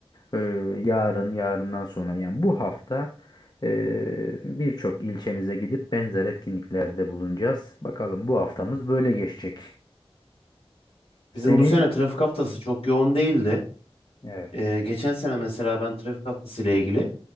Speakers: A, on the left (about 40°); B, on the left (about 65°).
A: Ee, yarın, yarından sonra yani bu hafta e, birçok ilçemize gidip benzer etkinliklerde bulunacağız. Bakalım bu haftamız böyle geçecek. Senin
B: Bizim bu sene trafik haftası çok yoğun değildi.
A: evet,
B: Ee, geçen sene mesela ben trafik haftası ile ilgili